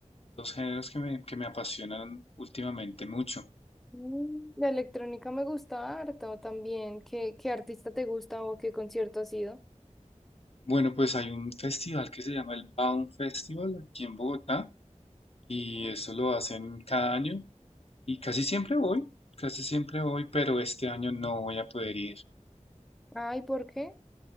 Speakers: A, on the left; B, in the centre.
A: dos géneros que me, que me apasionan últimamente mucho.
B: Mm, La electrónica me gusta harto también. ¿Qué, qué artista te gusta o a qué concierto has ido?
A: Bueno, pues hay un festival que se llama el Baum Festival aquí en Bogotá y eso lo hacen cada año y casi siempre voy, casi siempre voy, pero este año no voy a poder ir.
B: Ay, ¿por qué?